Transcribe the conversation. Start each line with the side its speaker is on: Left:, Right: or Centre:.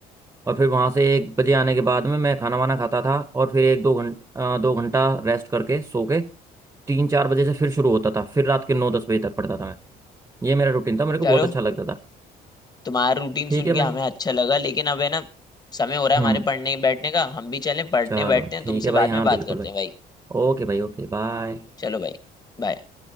Right: और फिर वहाँ से एक बजे आने के बाद में मैं खाना वाना खाता था और फिर एक दो घंटा दो घंटा रेस्ट करके सो के तीन चार बजे से फिर शुरू होता था फिर रात के नौ दस बजे तक पढ़ता था मैं ये मेरा रूटीन था मेरे को
Left: चलो
Right: बहुत अच्छा लगता था
Left: तुम्हारा रूटीन
Right: ठीक
Left: सुन
Right: है भाई
Left: के हमें अच्छा लगा लेकिन अब है ना समय हो रहा
Right: हम्म
Left: है हमारे पढ़ने बैठने का हम भी चलें पढ़ने
Right: चलो
Left: बैठते हैं
Right: ठीक
Left: तुमसे
Right: है भाई
Left: बाद
Right: हाँ
Left: में बात
Right: बिल्कुल
Left: करते
Right: भाई
Left: हैं भाई
Right: ओके भाई ओके बाय
Left: चलो भाई बाय